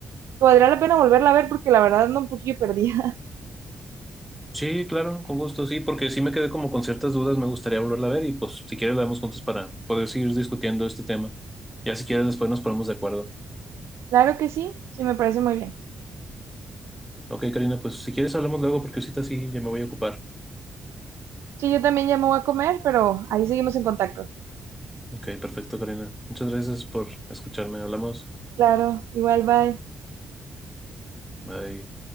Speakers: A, on the right; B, in the centre.
A: que valdría la pena volverla a ver porque la verdad ando un poquillo perdida. <laughs>
B: Sí, claro, con gusto, sí, porque sí me quedé como con ciertas dudas, me gustaría volverla a ver y pues si quieres la vemos juntos para poder seguir discutiendo este tema. Ya si quieres después nos ponemos de acuerdo.
A: Claro que sí, sí, me parece muy bien.
B: Ok, Karina, pues si quieres hablamos luego porque ahorita sí, ya me voy a ocupar.
A: Sí, yo también ya me voy a comer, pero ahí seguimos en contacto.
B: Ok, perfecto, Karina. Muchas gracias por escucharme. Hablamos.
A: Claro, igual, bye.
B: Bye.